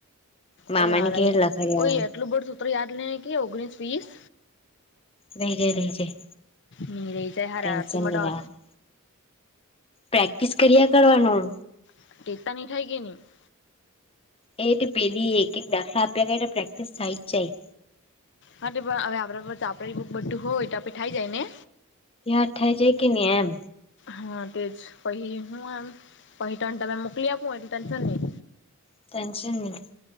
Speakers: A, on the left; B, on the left.
A: મામાને
B: ઓ યાર
A: ઘેર લખાડ્યા
B: ઓ એટલું બડું સૂત્ર યાદ લે કે ઓગણીસ વીસ.
A: રહી જાય રહી જાય
B: ની ર તો હેરા
A: ટેન્શન
B: રાતી મડા.
A: નહી લેવાનું પ્રેક્ટિસ કર્યા કરવાનું.
B: <unintelligible>
A: એ એટ પેલી એક એક દાખલા આપ્યા એ પ્રેક્ટસ થઈ જ જાય.
B: હા પણ હવે આપ આપ બુક બધું હોય તો આપે થાઈ જાય ને.
A: આઠાય છે કે ન એમ.
B: હા તે જ પહી હુંમ પહી ત તમે મોકલી આપું એટલે ટેન્શન નહી.
A: ટેન્શન નહી.